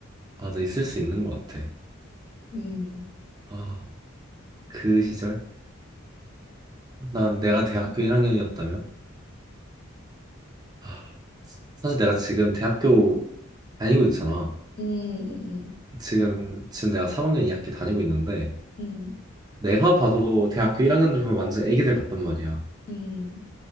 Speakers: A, on the right; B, on the left.
A: 맞아 있을 수 있는 것 같아.
B: 음.
A: 아, 그 시절? 난 내가 대학교
B: 음,
A: 1학년이었다면? 아, 사실 내가 지금 대학교 다니고 있잖아.
B: 음, 음,
A: 지금 지금 내가 3학년 2학기 다니고 있는데
B: 음,
A: 내가 봐도 대학교 1학년들 보면 완전 애기들 같단 말이야.
B: 음.